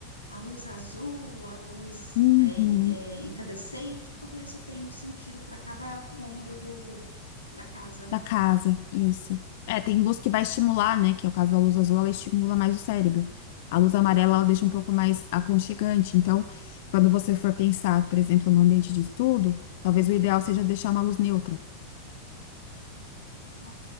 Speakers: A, on the left; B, on the left.
A: a luz azul, a luz
B: Uhum.
A: é, é, incandescente, tudo isso tem um sentido para cada cômodo do, da casa.
B: Da casa, isso. É, tem luz que vai estimular, né? Que é o caso da luz azul, ela estimula mais o cérebro. A luz amarela,
A: Isso,
B: ela deixa um pouco mais aconchegante. Então, quando você for pensar, por exemplo, no ambiente de estudo, talvez o ideal seja deixar uma luz neutra,
A: isso.